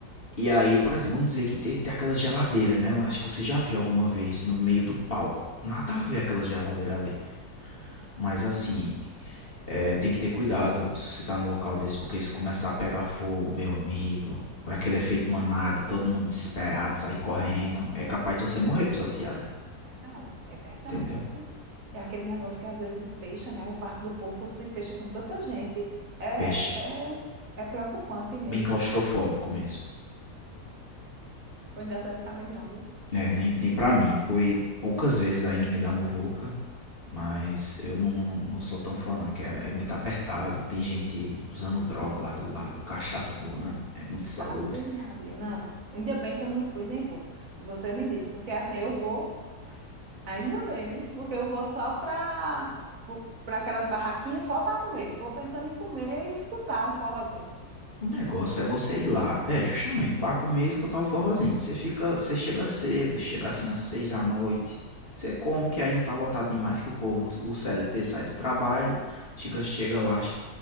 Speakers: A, on the left (about 40°); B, on the right (about 55°).
A: E aí, por exemplo, vamos dizer que tem, tem aquelas geladeiras, né? Eu acho que você já viu alguma vez no meio do palco. Nada a ver aquela geladeira ali. Mas assim, É, tem que ter cuidado se você tá num local desse, porque se começar a pegar fogo, meu amigo, vai aquele efeito manada, todo mundo desesperado,
B: Meu
A: sair
B: Deus.
A: correndo, é capaz de você morrer pisoteada,
B: Verdade, é verdade,
A: entendeu?
B: isso. É aquele negócio que às vezes fecha, né? O Parque do Povo se fecha com tanta gente, é,
A: Fecha.
B: é, é preocupante mesmo.
A: Bem claustrofóbico mesmo.
B: Não dá certo pra mim, não, viu?
A: É, nem, nem pra mim, eu fui poucas vezes aí no meio da muvuca, mas eu não, não, não sou tão fã não, que é, é muito apertado, tem gente usando droga lá do lado, cachaça voando, é muito insalubre.
B: Ave Maria, não. Ainda bem que eu não fui nem vou, que você me disse, porque assim eu vou, ainda bem, viu? Porque eu vou só para para aquelas barraquinhas só para comer. Vou pensando em comer e escutar um forrozinho.
A: O negócio é você ir lá, é, justamente, para comer e escutar o forrozinho. Você fica, você chega cedo, chega assim às seis da noite. Você come, que aí não tá lotado demais que o povo, o CLT sai do trabalho, chega, chega lá, acho que